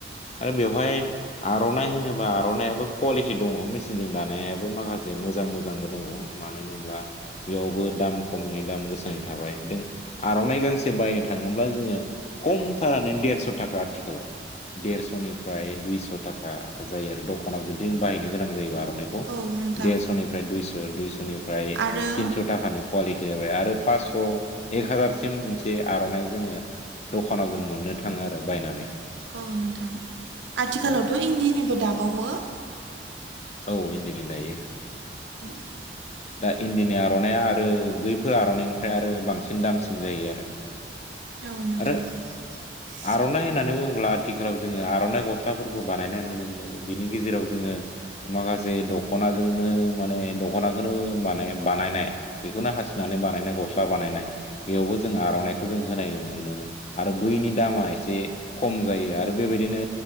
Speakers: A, on the left; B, on the right.
A: आरो बेवहाय आर'नाइ होनोबा आर'नायइाबो कुवालिटि दङ मिस सिनजों दानायाबो माखासे मोजां मोजांबो दङ मानो होनोब्ला बेयावबो दाम खमनि दाम गोसानि थाबाय नों आर'नाइ गांसे बायनो थाङोब्ला जोङो कमथारानो देरस' थाखा आथिखालाव। देरस'निफ्राय दुइस' थाखा जायो आरो द'खानाव जुदि बाहायनो गोनां जायोबा र'नाइखौ
B: औ नोंथां
A: देरस' निफ्राय दुइस' दुइस'निफ्राय
B: आरो
A: तिनस' ताकानि कुवालिटि जाबाय आरो पास्स' एक हाजारसिम मोनसे आर'नाइ जोङो द'खानाव जों मोननो थाङो आरो बायनानै।
B: औ नोंथां आथिखालावथ'
A: औ
B: इन्दिनिबो दाबावो।
A: औ इन्दिनि दायो।
B: <inaudible>
A: दा इन्दिनि आर'नाइया आरो बैफोर आर'नाइनिफ्राय आरो बांसिन दामसिन जायो आरो।
B: औ नोंथां
A: आरो
B: <inaudible>
A: आर'नाइ होननानै बुङोब्ला आथिखालाव जोङो आर'नाइ गस्लाफोरखौ बानायनाय नुनो मोनो बिनि गेजेराव जोङो माखासे दख'नाजोंनो माने दख'नाखोनो माने बानायनाय बेखौनो हासिनानै बानायनाय गस्ला बानायनाय बेयावबो जों आर'नाइखौ जों होनाय नुनो मोनो आरो बैनि दामा एसे खम जायो आरो बेबायदिनो